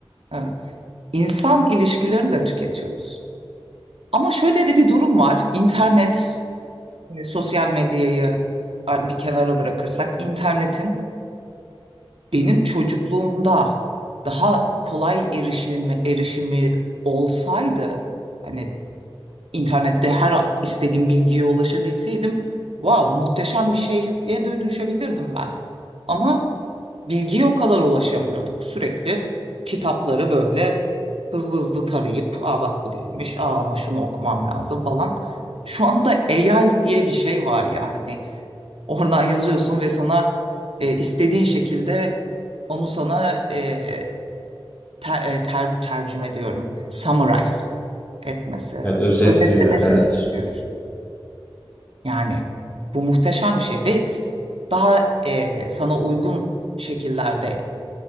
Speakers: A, on the right; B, on the left.
A: Evet. İnsan ilişkilerini de tüketiyoruz. Ama şöyle de bir durum var. İnternet, e, sosyal medyayı bir kenara bırakırsak internetin Benim çocukluğumda daha kolay erişimi, erişimi olsaydı hani internette her istediğim bilgiye ulaşabilseydim wow, muhteşem bir şeye de dönüşebilirdim ben. Ama bilgiye o kadar ulaşamıyorduk. Sürekli kitapları böyle hızlı hızlı tarayıp aa bak bu değilmiş aa ama şunu okumam lazım falan. Şu anda AI diye bir şey var ya hani Oradan yazıyorsun ve sana e, istediğin şekilde onu sana e, ter, e, ter- tercüme diyorum. Summarize etmesi,
B: Evet özetliyor.
A: özetlemesini
B: Evet.
A: istiyoruz. Yani bu muhteşem bir şey ve s- daha e, sana uygun şekillerde